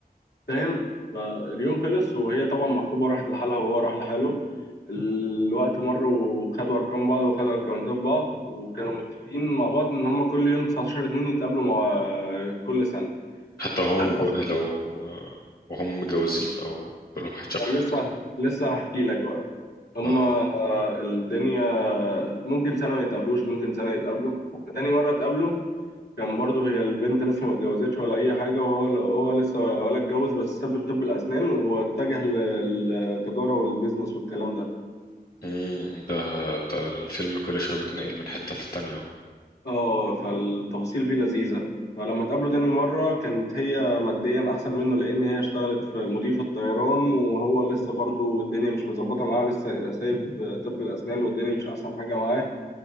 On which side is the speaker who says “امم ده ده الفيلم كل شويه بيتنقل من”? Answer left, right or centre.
Left